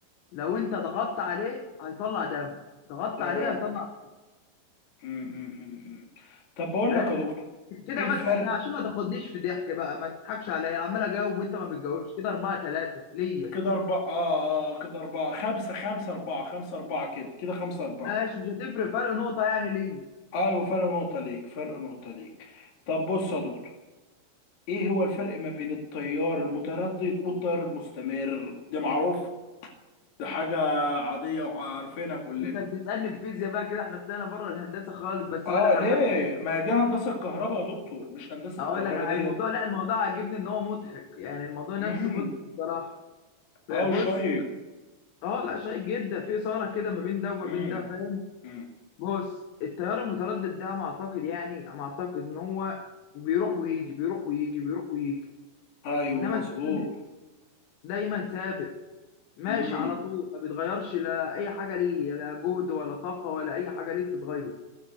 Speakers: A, on the left; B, on the left.
A: لو انت ضغطت عليه هيطلع دم ضغطت
B: ده
A: عليه
B: ده امم
A: هيطلع دم
B: امم امم إمم. طب بقول
A: فاهم
B: لك يا دكتور
A: كده
B: ايه الفرق
A: بس احنا عشان ما تاخدنيش في ضحك بقى ما تضحكش عليا عمال اجاوب وانت ما بتجاوبش كده 4 3 ليا
B: كده اربعة اه اه كده اربعة خمسة خمسة اربعة خمسة اربعة كده كده خمسة اربعة
A: ماشي مش هتفرق فرق نقطه يعني ليا
B: ايوه فرق نقطة ليك فرق نقطة ليك طب بص يا دكتور ايه هو الفرق ما بين التيار المتردد والتيار المستمر ده معروف ده حاجة عادية وعارفينها كلنا
A: انت بتسالني في فيزياء بقى كده احنا طلعنا بره الهندسه خالص بس
B: اه
A: هقول لك
B: ليه
A: على حاجه حلوة.
B: ما دي هندسة كهرباء يا دكتور مش هندسة
A: هقول
B: كهرباء
A: لك على
B: ديت
A: الموضوع لا الموضوع عاجبني ان هو مضحك يعني الموضوع نفسه
B: امم
A: مضحك بصراحه
B: اه
A: بص
B: شيق
A: اه لا شيق جدا في اثاره كده ما بين ده وما
B: امم
A: بين ده فاهم
B: امم
A: بص التيار المتردد ده انا اعتقد يعني انا اعتقد ان هو بيروح ويجي بيروح ويجي بيروح ويجي
B: ايوه
A: انما
B: مظبوط
A: الثابت دايما ثابت ماشي
B: امم
A: على طول ما بيتغيرش لا اي حاجه ليه لا جهد ولا طاقه ولا اي حاجه ليه بتتغير